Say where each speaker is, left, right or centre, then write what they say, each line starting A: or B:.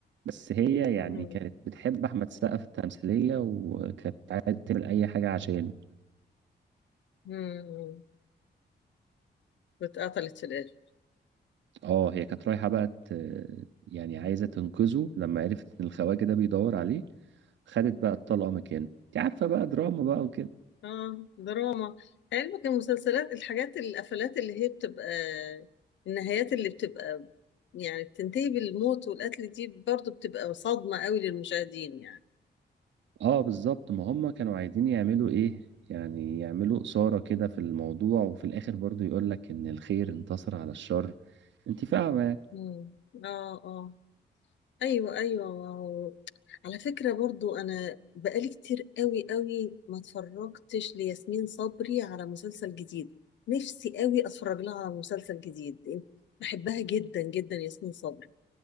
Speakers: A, on the right; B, on the left.
A: بس هي يعني
B: امم
A: كانت بتحب أحمد السقا في التمثيلية وكانت عايزة تعمل أي حاجة عشانه
B: امم واتقتلت في الاخر
A: اه هي كانت رايحة بقى ت... يعني عايزة تنقذه لما عرفت إن الخواجة ده بيدور عليه خدت بقى الطلقة مكانه انت عارفة بقى دراما بقى وكده
B: اه دراما علمك المسلسلات الحاجات القفلات اللي هي بتبقى النهايات اللي بتبقى يعني بتنتهي بالموت والقتل دي برضو بتبقى صدمة قوي للمشاهدين يعني
A: اه بالظبط ما هم كانوا عايزين يعملوا ايه يعني يعملوا إثارة كده في الموضوع وفي الآخر برضو يقولك إن الخير انتصر على الشر انت فاهمة
B: مم. اه اه ايوه ايوه واو. على فكرة برضو انا بقالي كتير قوي قوي ما اتفرجتش لياسمين صبري على مسلسل جديد نفسي قوي اتفرج لها على مسلسل جديد بحبها جدا جدا ياسمين صبري